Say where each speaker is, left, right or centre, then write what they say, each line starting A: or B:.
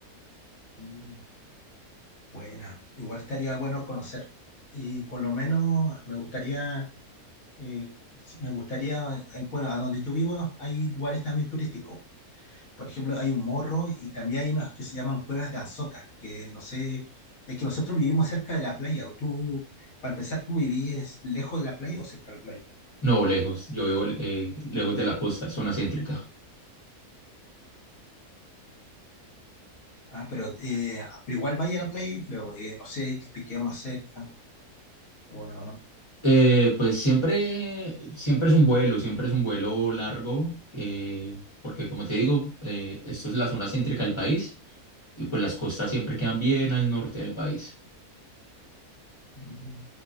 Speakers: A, on the left (about 65°); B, on the left (about 20°).
A: mm, buena, igual estaría bueno conocer. Y por lo menos me gustaría, eh, me gustaría, eh, bueno, a donde yo vivo hay lugares también turísticos. Por ejemplo, hay un morro y también hay unas que se llaman cuevas de Anzota, que no sé, es que nosotros vivimos cerca de la playa. ¿Tú, para empezar, tú vivís lejos de la playa o cerca de la playa?
B: No, lejos, yo vivo eh, lejos de la costa, zona céntrica.
A: Ah, pero, eh, pero igual vaya a la playa, yo creo. eh, no sé, te queda más cerca. O no, no.
B: Eh, pues siempre, siempre es un vuelo, siempre es un vuelo largo, eh, porque como te digo, eh, esto es la zona céntrica del país. Y pues las costas siempre quedan bien al norte del país.
A: Mm,